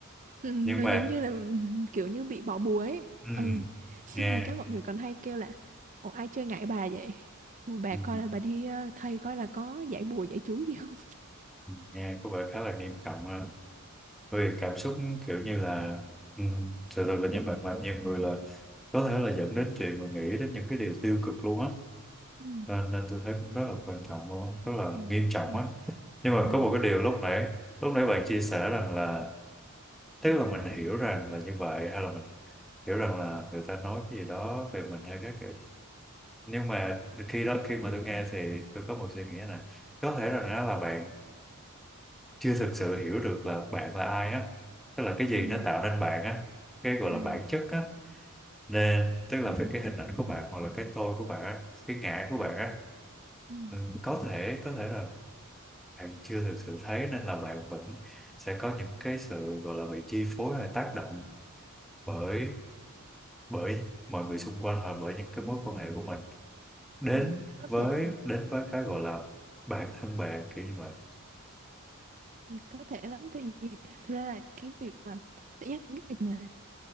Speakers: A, on the right; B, in the centre.
A: Ừ, nó
B: nhưng mà
A: giống như là kiểu như bị bỏ bùa ấy
B: ừm,
A: ừ. xong
B: nghe
A: rồi các mọi người còn hay kêu là ủa ai chơi ngại bà vậy Mà bà
B: ừm,
A: coi là bà đi ờ, thầy coi là có giải bùa giải chú gì không
B: nghe có vẻ khá là nghiêm trọng ha bởi vì cảm xúc kiểu như là um, sự thật là như vậy mà nhiều người là có thể là dẫn đến chuyện mà nghĩ đến những cái điều tiêu cực luôn á
A: Ừ.
B: nên, nên tôi thấy cũng rất là quan trọng luôn
A: Ừ.
B: á, rất là
A: Ừ.
B: nghiêm trọng
A: Ừ.
B: á nhưng mà
A: ừ.
B: có một cái điều lúc nãy lúc nãy bạn chia sẻ rằng là tức là mình hiểu rằng là như vậy hay là mình hiểu rằng là người ta nói cái gì đó về mình hay các kiểu nhưng mà khi đó khi mà tôi nghe thì tôi có một suy nghĩ này có thể rằng á là bạn chưa thực sự hiểu được là bạn là ai á tức là cái
A: Ừ,
B: gì nó tạo nên bạn á cái gọi là
A: ừ,
B: bản chất á nên tức là về cái hình ảnh của bạn hoặc là cái tôi của bạn á cái ngã của bạn á
A: ừ,
B: ừ, có thể có thể là bạn chưa thực sự thấy nên là bạn vẫn sẽ có những cái sự gọi là bị chi phối hay tác động bởi bởi mọi người xung quanh hoặc bởi những cái mối quan hệ của mình đến
A: ừ. có
B: với
A: thể
B: đến với cái gọi là bản thân bạn kiểu như vậy
A: có thể lắm thì, thực ra là cái việc mà tự nhiên cái việc mà